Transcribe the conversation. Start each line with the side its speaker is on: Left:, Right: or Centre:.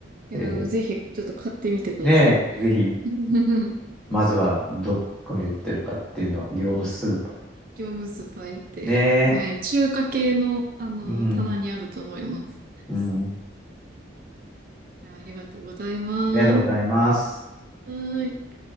Right: や、
Centre: えー、
Right: ぜひちょっと買ってみてください。
Centre: ねえ、ぜひ、
Right: <laughs>
Centre: まずはどこに売ってるかっていうのは、業務スーパーに。
Right: 業務スーパー行って、
Centre: ねえ。
Right: はい、中華系の、あの、
Centre: うん。
Right: 棚にあると思います。
Centre: うん。
Right: いや、ありがとうございます。
Centre: ありがとうございます。
Right: はーい。